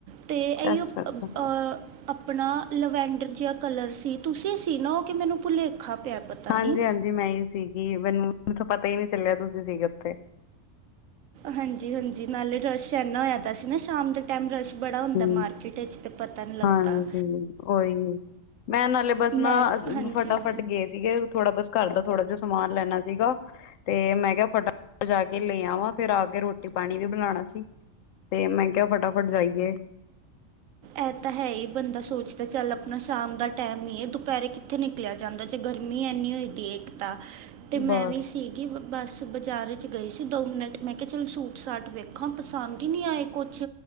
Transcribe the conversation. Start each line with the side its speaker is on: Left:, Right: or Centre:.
Right: ਤੇ ਏਇਯੋ
Left: ਅੱਛਾ ਅੱਛਾ
Right: ਆ ਆ ਆ ਆਪਣਾ ਲਵੈਂਡਰ ਜਿਹਾ ਕਲਰ ਸੀ, ਤੁਸੀਂ ਸੀ ਨਾ ਔ ਕਿ ਮੈਨੂੰ ਭੁਲੇਖਾ ਪਿਆ ਪਤਾ ਨੀਂ।
Left: ਹਾਂਜੀ ਹਾਂਜੀ ਮੈਂ ਹੀ ਸੀਗੀ ਮੈਨੂੰ ਤਾਂ ਪਤਾ ਹੀ ਨਹੀਂ ਚੱਲਿਆ ਤੁਸੀਂ ਸੀਗੇ ਓਥੇ।
Right: ਹਾਂਜੀ ਹਾਂਜੀ, ਨਾਲੇ ਰਸ਼ ਏਨਾਂ ਹੋਇਆ ਦਾ ਸੀ ਨਾ ਸ਼ਾਮ ਦੇ ਟੈਮ ਰਸ਼ ਬੜਾ ਹੁੰਦਾ
Left: ਹੁਂ,
Right: ਮਾਰਕੀਟ ਵਿੱਚ ਤੇ ਪਤਾ ਨਹੀਂ ਲੱਗਦਾ
Left: ਹਾਂਜੀ ਉਹੀ ਏ, ਮੈਂ ਨਾਲੇ ਬਸ
Right: ਮੈਂ
Left: ਨਾ
Right: ਹਾਂਜੀ
Left: ਫਟਾਫਟ ਗਏ ਸੀਗੇ ਥੋੜਾ ਬਸ ਘਰਦਾ ਥੋੜਾ ਜਿਹਾ ਸਮਾਨ ਲੈਣਾ ਸੀਗਾ ਤੇ ਮੈਂ ਕਿਹਾ ਫਟਾਫਟ ਜਾ ਕੇ ਲੈ ਆਵਾਂ ਫੇਰ ਆ ਕੇ ਰੋਟੀ-ਪਾਣੀ ਵੀ ਬਣਾਣਾ ਸੀ। ਤੇ ਮੈਂ ਕਿਹਾ ਫਟਾਫਟ ਜਾਈਏ।
Right: ਏ ਤਾਂ ਹੈ ਈ ਬੰਦਾ ਸੋਚਦਾ ਚੱਲ ਆਪਣਾ ਸ਼ਾਮ ਦਾ ਟੈਮ ਈ ਐ। ਦੁਪੇਰੇ ਕਿੱਥੇ ਨਿਕਲਿਆ ਜਾਂਦਾ ਜੇ ਗਰਮੀ ਐਨੀ ਹੋਏ ਦੀ ਏ ਇੱਕ ਤਾਂ। ਤੇ ਮੈਂ
Left: ਬਸ
Right: ਵੀ ਸੀਗੀ ਬੱਸ ਬਾਜ਼ਾਰ ਚ ਗਈ ਸੀ ਦੋ ਮਿੰਟ। ਮੈਂ ਕਿਹਾ ਚਲ ਸੂਟ-ਸਾਟ ਵੇਖਾਂ ਪਸੰਦ ਈ ਨਹੀਂ ਆਏ ਕੁ ਝ